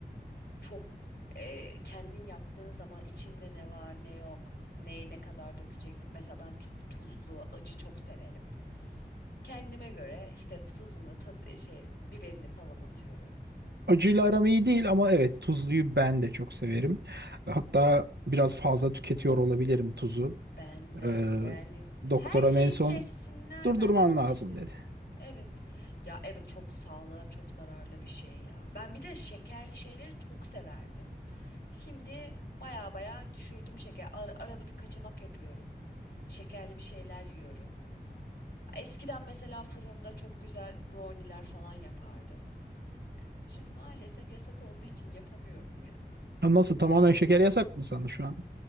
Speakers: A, on the left (about 70°); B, on the right (about 75°).
A: çok e, kendin yaptığın zaman içinde ne var ne yok. Neyi ne kadar dökeceksin. Mesela ben çok tuzlu, acı çok severim. Kendime göre işte tuzunu, tad, şey biberini falan atıyorum.
B: Acıyla aram iyi değil ama evet tuzluyu ben de çok severim. Hatta biraz fazla tüketiyor olabilirim tuzu.
A: Ben de
B: Ee,
A: yani her
B: doktoram
A: şeyi
B: en son
A: kessinler
B: durdurman
A: benden ama
B: lazım
A: tuz dedim.
B: dedi.
A: Evet. Ya evet çok sağlığa çok zararlı bir şey ya. Ben bir de şekerli şeyleri çok severdim. Şimdi baya baya düşürdüm şeker. Ar- arada bir kaçamak yapıyorum. Şekerli bir şeyler yiyorum. Eskiden mesela fırında çok güzel brownie'ler falan yapardım. Şimdi maalesef yasak olduğu için yapamıyorum ya.
B: Ha, Nasıl tamamen şeker yasak mı sana şu an?